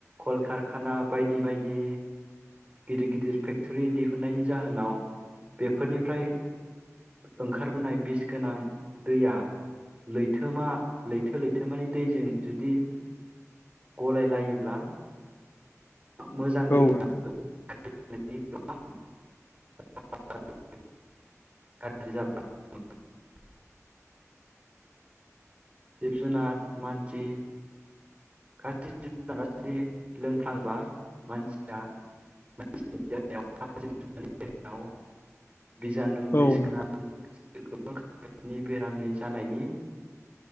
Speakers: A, on the right; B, on the left.
A: कलकारखाना बायदि बायदि गिदिर गिदिर फेक्टरि दिहुननायनि जाहोनाव बेफोरनिफ्राय ओंखारबोनाय बिस गोनां दैया लैथोमा लैथो लैथोमानि दैजों जुदि गलायलायोब्ला मोजां
B: औ
A: दैयाबो
B: नोंथां
A: <unintelligible> <unintelligible> जिब जुनार, मानसि, गासिबो जिब जुनारा जुदि लोंफ्लांबा मानसिया मानसिनि देहायाव बा जिब जुनारनि देहायाव बिजानु
B: औ
A: बिस
B: नोंथां
A: गोनां गोबां रोखोमनि बेरामनि जानायनि